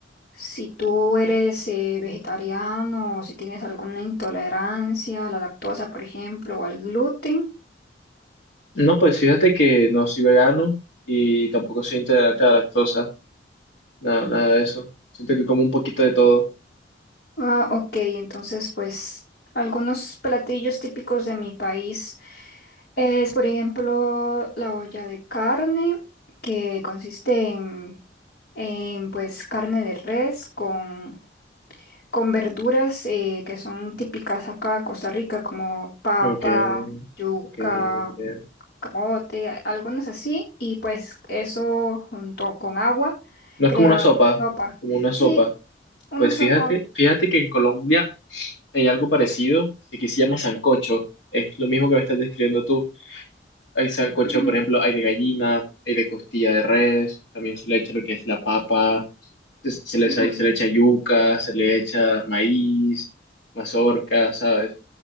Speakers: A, on the left (about 55°); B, on the left (about 80°).
A: si tú eres eh, vegetariano o si tienes alguna intolerancia a la lactosa, por ejemplo, o al gluten.
B: No, pues fíjate que no soy vegano y tampoco soy intolerante a la lactosa, nada, nada de eso. Siento que como un poquito de todo.
A: Ah, ok, entonces pues algunos platillos típicos de mi país es, por ejemplo, la olla de carne, que consiste en em, pues carne de res con, con verduras eh, que son típicas acá de Costa Rica, como papa,
B: Ok,
A: yuca,
B: ok, ok.
A: camote, a- algunas así, y pues eso junto con agua
B: No
A: crea
B: es como una sopa,
A: una sopa.
B: como una
A: Sí,
B: sopa.
A: una
B: Pues
A: sopa.
B: fíjate, fíjate que en Colombia hay algo parecido que aquí se llama sancocho. Es lo mismo que me estás describiendo tú. Hay sancocho,
A: Ujú,
B: por ejemplo, hay de gallina, hay de costilla de res, también se le echa lo que es la papa, se, se le,
A: ujú.
B: echa- se le echa yuca, se le echa maíz, mazorca, ¿sabes?